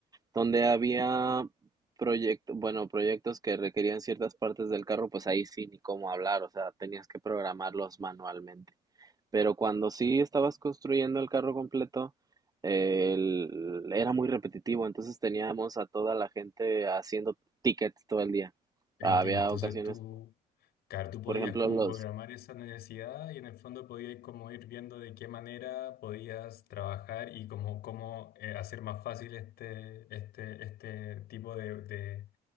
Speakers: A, on the right; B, on the left.
A: Donde había proyectos, bueno, proyectos que requerían ciertas partes del carro, pues ahí sí, ni cómo hablar, o sea, tenías que programarlos manualmente. Pero cuando sí estabas construyendo el carro completo, el- era muy repetitivo, entonces teníamos a toda la gente haciendo tickets todo el día.
B: Entiendo,
A: Había
B: entonces
A: ocasiones,
B: tú, claro, tú podías
A: por ejemplo,
B: como
A: los,
B: programar esa necesidad y en el fondo podías como ir viendo de qué manera podías trabajar y como cómo eh, hacer más fácil este, este, este tipo de, de